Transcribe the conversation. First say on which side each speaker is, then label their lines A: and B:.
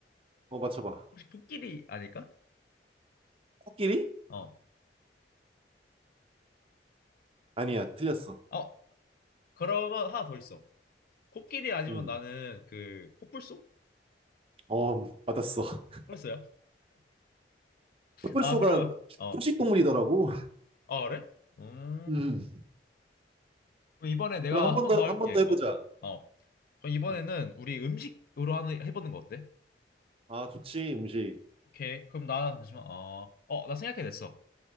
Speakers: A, on the right; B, on the left.
A: 어, 맞춰봐.
B: 혹시 코끼리 아닐까?
A: 코끼리?
B: 어.
A: 아니야, 틀렸어.
B: 어, 그러면 하나 더 있어. 코끼리 아니면
A: 음,
B: 나는 그 코뿔소?
A: 어, 맞았어. <laughs>
B: 뿔소야?
A: 코뿔소가
B: 아, 그러면 어.
A: 초식동물이더라고.
B: 아, 그래? 음.
A: 음.
B: 그럼 이번에 내가
A: 그럼 한
B: 한
A: 번
B: 번
A: 더,
B: 더 할게.
A: 한 번 더 해보자.
B: 어. 어. 그럼 이번에는
A: 음.
B: 우리 음식으로 하는 해보는 거 어때?
A: 아, 좋지, 음식.
B: 오케이. 그럼 나 잠시만. 어. 어, 나 생각해냈어.